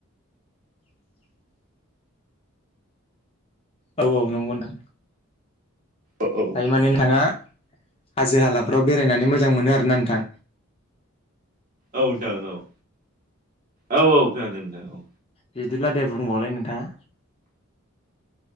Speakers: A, on the left; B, on the right.
A: <inaudible> औ औ नंगौ नोंथां
B: औ औ
A: दायो माने नोंथाङा हाजो हालाफ्राव बेरायनानै मोजां मोनो आरो ना नोंथां
B: औ नोंथां औ औ औ खोनादों नोंथां औ
A: बिदिब्ला दे बुंबावलाय नोंथाङा